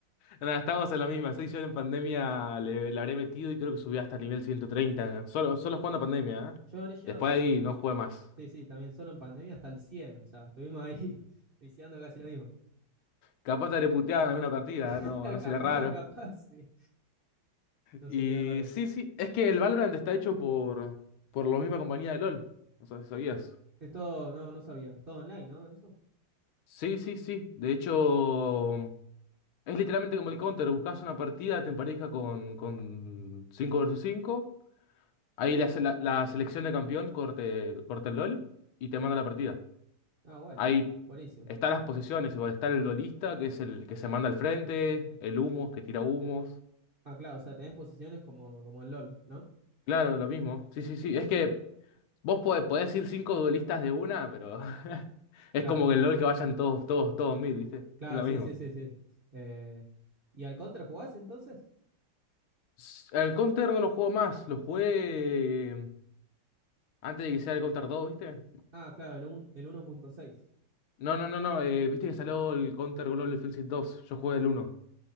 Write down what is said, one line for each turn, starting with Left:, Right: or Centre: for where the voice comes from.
Left: Nada, estamos en la misma. seis yo en pandemia le, le habré metido y creo que subí hasta el nivel 130. ¿no? Solo, solo jugando pandemia, ¿eh?
Right: Yo habré llegado
Left: Después de ahí no jugué más.
Right: Sí, sí, también solo en pandemia hasta el 100, o sea, estuvimos ahí <laughs> viciando casi lo mismo.
Left: Capaz te habré puteado en alguna partida, ¿eh?
Right: <laughs>
Left: No, no será
Right: Capaz,
Left: raro.
Right: capaz, sí. No
Left: Y
Right: sería raro.
Left: sí, sí, es que el Valorant está hecho por, por la misma compañía de LOL. No sé si sabías.
Right: Es todo, no, no sabía. Es todo online, ¿no? Eso.
Left: Sí, sí, sí. De hecho, es literalmente como el Counter. Buscas una partida, te empareja con, con 5 versus cinco Ahí la, se- la, la selección de campeón corte, corta el LOL y te
Right: Sí.
Left: manda la partida.
Right: Ah, bueno.
Left: Ahí
Right: Buenísimo.
Left: están las posiciones, igual está el duelista, que es el que se manda al frente, el humo, que tira humos.
Right: Ah, claro, o sea, tenés posiciones como, como en LOL, ¿no?
Left: Claro, lo mismo. Sí, sí, sí. Es que vos podés, podés ir cinco duelistas de una, pero <laughs> es
Right: Claro.
Left: como que el LOL que vayan todos, todos, todos mid, ¿viste?
Right: Claro,
Left: Es lo
Right: sí,
Left: mismo.
Right: sí, sí, sí. Eh, ¿y al Contra jugás entonces?
Left: S- El Counter no lo juego más, lo jugué eh, antes de que sea el Counter dos ¿viste?
Right: Ah, claro, el, un- el 1.6.
Left: No, no, no, no, eh, viste que salió el Counter Global Offensive dos yo jugué el uno